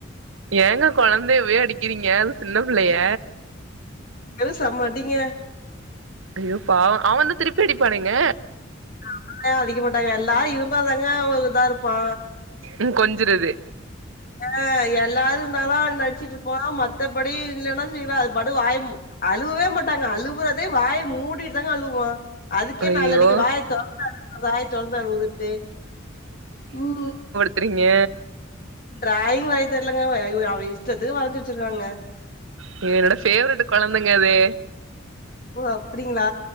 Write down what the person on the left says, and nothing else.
வெறு சம்ம அடிங்க
நம்மள அடிக்க மாட்டாங்க எல்லாரு இருந்தாதங்க அவ்ள இதா இருப்பா
ஆ எல்லாரு இருந்தாதா என்ன ஈடிச்சிட்டு இருப்பா மத்தபடி இல்லன்னா செய்வா அது பாட்டு வாயமு அழுவவே மாட்டாங்க அழுவுறதே வாய மூடிட்டு தாங்க அழுவா அதுக்கே
நாலு அடிங்க வாயத்தொ வாய தொறந்து அடுவுன்ட்டு ம்
டிராயிங் வரைய தெர்லங்க ஐ அவ இஷ்டத்துக்கு வரஞ்சு வச்சிருகுக்காங்க
ஓ அப்டிங்களா